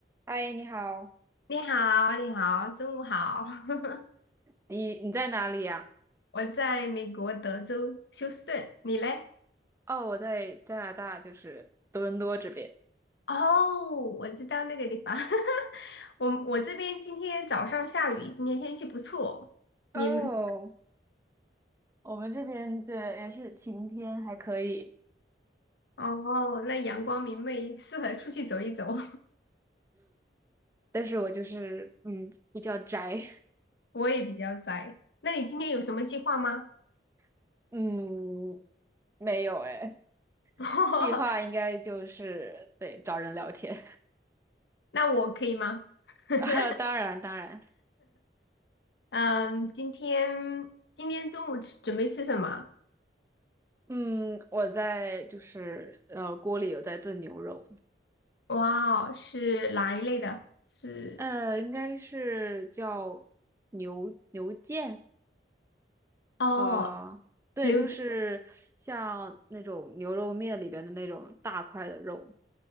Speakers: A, on the right; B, on the left.
A: 嗨，你好。
B: 你好，你好，中午好。<laughs>
A: 你你在哪里呀？
B: 我在美国德州休斯顿，你嘞？
A: 哦，我在加拿大，就是多伦多这边。
B: 哦，我知道那个地方。<laughs> 我我这边今天早上下雨，今天天气不错。你呢
A: 哦，我们这边对也是晴天，还可以，
B: 哦，那阳光明媚，适合出去走一走。
A: 但是我就是嗯比较宅，
B: <laughs> 我也比较宅。那你今天有什么计划吗？
A: <laughs> 嗯没有哎，
B: <laughs>
A: 计划应该就是对找人聊天，
B: 那我可以吗？
A: <laughs>
B: <laughs>
A: 啊，当然当然，
B: 嗯，今天今天中午吃准备吃什么？
A: 嗯我在就是呃锅里有在炖牛肉，
B: 哇哦，是哪一类的？是。
A: 呃应该是叫牛牛腱，
B: 哦，
A: 呃，对，
B: 刘姐，
A: 就是像那种牛肉面里边的那种大块的肉，